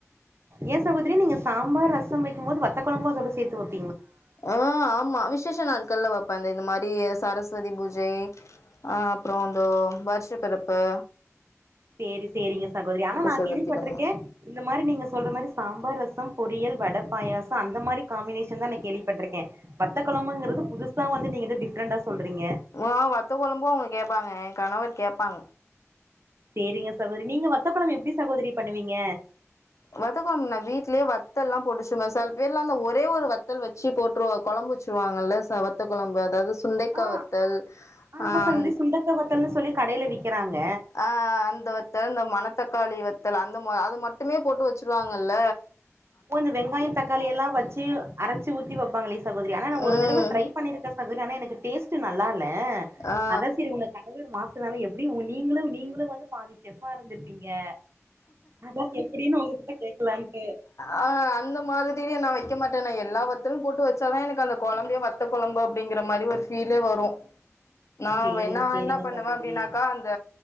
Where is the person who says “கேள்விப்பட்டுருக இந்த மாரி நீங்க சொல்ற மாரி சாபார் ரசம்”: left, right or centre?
Right